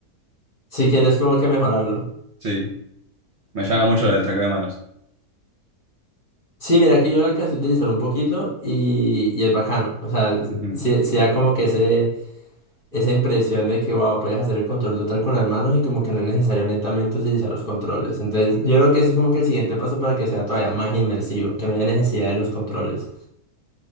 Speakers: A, on the left (about 35°); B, on the right (about 50°).
A: si quieres como que mejorarlo.
B: Sí, Me llama mucho el traqueo de manos.
A: Sí, mira que yo lo alcancé a utilizar un poquito y, y es bacano. O sea,
B: Ujú,
A: sí, sí da como que ese... esa impresión de que, wow, puedes hacer el control total con las manos y como que no es necesario netamente utilizar los controles. Entonces, yo creo que ese es como que el siguiente paso para que sea todavía más inmersivo, que no haya necesidad de los controles.